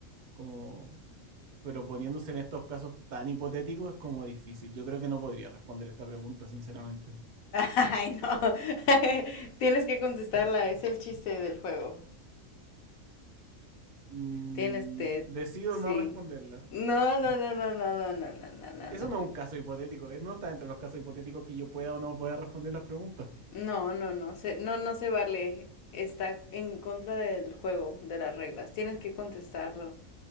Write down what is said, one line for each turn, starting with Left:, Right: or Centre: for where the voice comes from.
Right: Como pero poniéndose en estos casos tan hipotéticos es como difícil. Yo creo que no podría responder esta pregunta, sinceramente.
Left: Ay, no. <laughs> Tienes que contestarla, es el chiste del juego.
Right: Mm,
Left: Tienes te,
Right: decido
Left: sí.
Right: no responderla.
Left: No, no, no, no, no, no, no, no, no, no, no.
Right: Eso no es un caso hipotético. eh, No está dentro de los casos hipotéticos que yo pueda o no pueda responder las preguntas.
Left: No, no, no, se, no, no se vale. Está en contra del juego, de las reglas. Tienes que contestarlo.